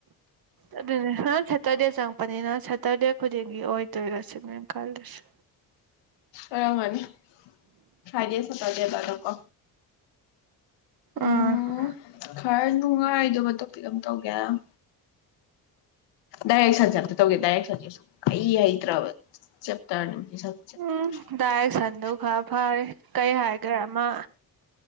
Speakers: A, on the right; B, on the left.
A: ꯑꯗꯨꯅꯦ <unintelligible> ꯇꯔꯦꯠ ꯆꯪꯉꯛꯄꯅꯤꯅ ꯁꯇꯔꯗꯦ ꯈꯨꯗꯤꯡꯒꯤ ꯑꯣꯏꯗꯣꯏꯔ ꯁꯤꯅꯤ ꯑꯩꯅ ꯈꯜꯂꯤꯁꯤ
B: ꯑꯣꯏꯔꯝꯒꯅꯤ ꯐꯔꯥꯏꯗꯦ ꯁꯇ꯭ꯔꯗꯦ ꯗꯒ ꯀꯣ
A: ꯑꯥ
B: ꯎꯝ ꯈꯔꯅꯤ ꯅꯨꯡꯉꯥꯏꯗꯧꯕ ꯇꯣꯄꯤꯛ ꯑꯃ ꯇꯧꯒꯦ ꯍꯥꯏꯔꯣ ꯗꯥꯏꯔꯦꯛꯁꯟꯁꯦ ꯑꯃꯇ ꯇꯧꯒꯦ ꯗꯥꯏꯔꯦꯛꯁꯟꯁꯦ ꯁꯨꯛꯍꯩ ꯍꯩꯇ꯭ꯔꯕ ꯆꯦꯞꯇꯔꯗꯣ <unintelligible>
A: ꯎꯝ <unintelligible> ꯐꯔꯦ ꯀꯩ ꯍꯥꯏꯒꯦ ꯃꯥ